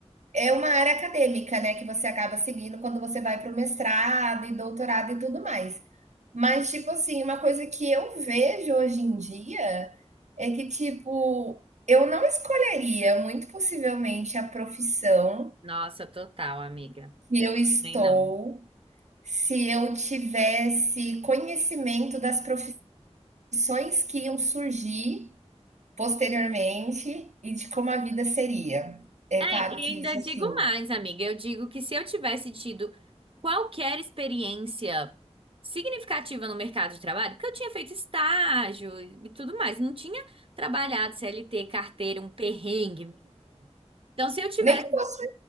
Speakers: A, on the right; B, on the right.
A: é uma área acadêmica, né, que você acaba seguindo quando você vai para o mestrado e doutorado e tudo mais. Mas, tipo assim, uma coisa que eu vejo hoje em dia é que, tipo, eu não escolheria, muito possivelmente, a profissão
B: Nossa, total, amiga.
A: que eu estou
B: Também não.
A: se eu tivesse conhecimento das profissões que iam surgir posteriormente e de como a vida seria. É
B: É,
A: claro
B: e
A: que
B: ainda
A: isso
B: digo
A: assim, uhum.
B: mais, amiga. Eu digo que se eu tivesse tido qualquer experiência significativa no mercado de trabalho, porque eu tinha feito estágio e e tudo mais, não tinha trabalhado CLT, carteira, um perrengue. Então, se eu tivesse.
A: nem que fosse